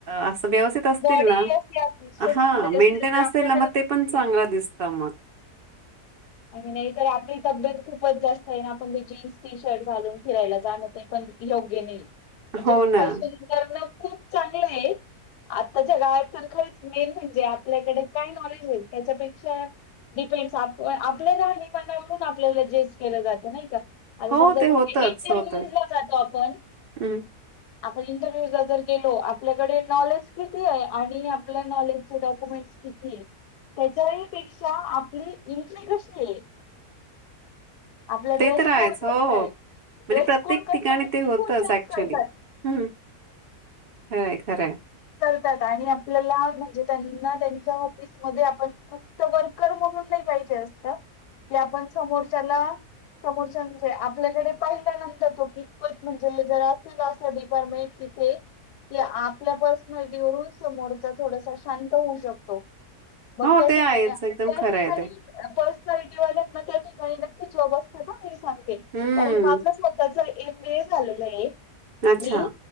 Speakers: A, on the right; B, on the left.
A: अस व्यवस्थित असतील
B: बॉडी
A: ना,
B: असे शेपमध्ये
A: हा मेंटेन
B: असेल तर
A: असतील
B: आपल्याला
A: ना म
B: जमते.
A: ते पण चांगलं दिसतं मग.
B: आणि नाही तर आपली तब्येत खूपच जास्तय आन आपण ते जीन्स टी शर्ट घालून फिरायला जाणं ते पण योग्य नाय, म्हणजे
A: हो
B: फॅशन
A: ना
B: करणं खूप चांगलंय. आत्ताच्या काळात तर खरंच मेन म्हणजे आपल्याकडे काय नॉलेज हाय, त्याच्यापेक्षा डिपेंड्स आप व्हय, आपल्या राहणी मानावरून आपल्याला जज केलं जातं, नाही का? आता
A: हो
B: समजा
A: ते
B: कुठे
A: होतच
B: इंटरव्ह्यूज
A: होतच
B: ला जातो आपण
A: हम्म
B: आपण इंटरव्ह्यूज ला जर गेलो, आपल्याकडे नॉलेज किती आहे आणि आपल्या नॉलेज चे डॉक्युमेंट कितीए? त्याच्याही पेक्षा आपली इंट्री कशीए? आपला
A: ते
B: ड्रेस
A: तर आहेच
B: कोड काय
A: हो हो
B: काय हाय?
A: म्हणजे
B: ड्रेस
A: प्रत्येक
B: कोड कसा
A: ठिकाणी
B: आहे ते
A: होतच
B: कोण चेक
A: ऍक्च्युली
B: करतात?
A: हम्म खरंय खरंय.
B: त्यात आणि आपल्या म्हणजे त्यांना त्यांच्या ऑफिसमध्ये आपण फक्त वर्कर म्हणून पाहिजे असतं, की आपण समोरच्याला समोरच्यांचे आपल्याकडे पाहिल्या नंतर तो कितपत म्हणजे जर असेल असं डिपार्टमेंट इथे की आपल्या पर्सनॅलिटीवरून समोरचा थोडासा शांत होऊ शकतो. मग
A: हो
B: त्याठिकाणी
A: ते आहेच एकदम
B: त्याठि
A: खरं आहे
B: कानी
A: ते
B: पर्सनालिटी वाल्यांना त्या ठिकाणी नक्कीच जॉब असता ना, हे सांगते
A: हम्म
B: कारण हे माझाच मतच एक वेळ झालेलं आहे मी
A: अच्छा